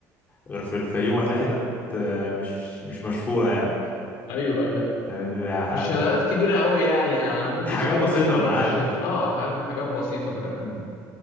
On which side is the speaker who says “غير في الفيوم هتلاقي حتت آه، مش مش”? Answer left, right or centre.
Left